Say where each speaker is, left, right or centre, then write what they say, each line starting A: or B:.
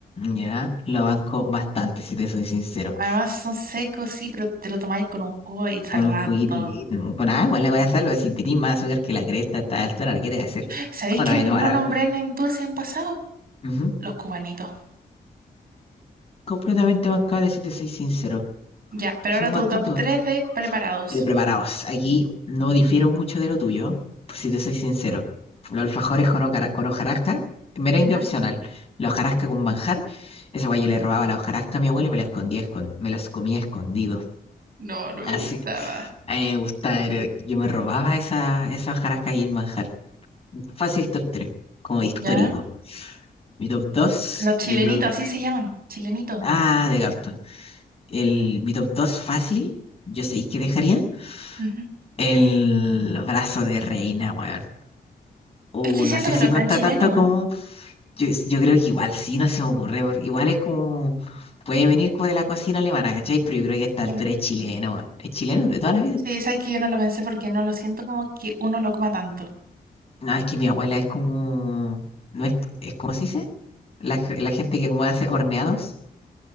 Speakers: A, on the left; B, on the right.
A: Ya, lo banco bastante, si te soy sincero.
B: Además son secos, sí, pero te lo tomáis con un jugo y salvando.
A: Con un juguito y le- con agua, la voy a salvar Si tenés más azúcar que la cresta a esta altura, ¿qué te va a hacer?
B: ¿Sabéis
A: ¿Cómo
B: que
A: no voy
B: no
A: a tomar agua?
B: nombré en dulce envasado?
A: Ujú.
B: Los cubanitos.
A: Completamente bancable, si te soy sincero.
B: Ya, pero
A: Son
B: ahora
A: bastante
B: tu top
A: buenos.
B: 3 de preparados.
A: Eh, preparaos, aquí no difiero mucho de lo tuyo, por si te soy sincero. Los alfajores con, hocara- con hojarasca, merengue
B: Ya.
A: opcional. La hojarasca con manjar, esa guay yo le robaba la hojarasca a mi abuela y me la escondía, escon- me las comía escondido.
B: No, no
A: Así,
B: me gustaba.
A: a mí me gusta, era- yo me robaba esa, esa hojarasca y el manjar. Fácil top 3 como histórico.
B: Ya.
A: Mi top 2
B: Los chilenitos,
A: yo creo.
B: así se llaman, chilenitos.
A: Ah, de gato. El, mi top 2 fácil, yo sé que dejaría.
B: Ujú.
A: El brazo de reina, weón. O
B: Es que
A: no
B: siento
A: sé
B: que
A: si
B: no es
A: cuenta
B: tan chileno,
A: tanto
B: ¿no?
A: como. Yo, yo creo que igual sí, no se me ocurre. Porque igual es como. Puede venir como de la cocina alemana, ¿cachai? Pero yo creo que a esta
B: Sí.
A: altura es chileno, weón. Es chileno de toda la vida.
B: Sí, sabes que yo no lo pensé porque no lo siento como que uno lo coma tanto.
A: No, es que mi abuela es como. No es, es ¿cómo se dice? La, ge- la gente que como hace horneados.